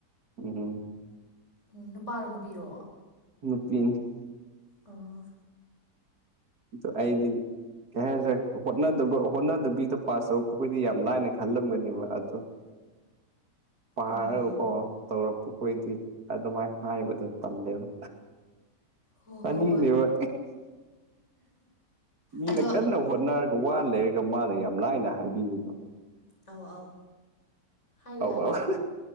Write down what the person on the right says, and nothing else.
ꯎꯝ
ꯅꯨꯄꯤ
ꯗꯣ ꯑꯩꯗꯤ꯫ ꯀꯩ ꯍꯥꯏꯗꯔꯦ ꯍꯣꯠ ꯍꯣꯠꯅꯗꯕꯤꯗꯣ ꯄꯥꯁ ꯇꯧꯔꯛꯄꯈꯣꯏꯗꯤ ꯌꯥꯝ ꯂꯥꯏꯅ ꯈꯜꯂꯝꯒꯅꯦꯕ ꯑꯗꯣ ꯄꯥꯔꯀꯣ
ꯇꯧꯔꯛꯄ ꯈꯣꯏꯗꯤ ꯑꯗꯨꯃꯥꯏꯅ ꯍꯥꯏꯕꯗꯣ ꯇꯜꯂꯦꯕ꯫
ꯇꯥꯅꯤꯡꯗꯦꯕ
ꯃꯤꯅ
ꯀꯟꯅ ꯍꯣꯠꯅꯔꯒ ꯋꯥ ꯂꯩꯔꯒ ꯃꯥꯅ ꯌꯥꯝ ꯂꯥꯏꯅ ꯍꯥꯏꯕꯤꯕꯗꯣ
ꯑꯧ
ꯑꯧ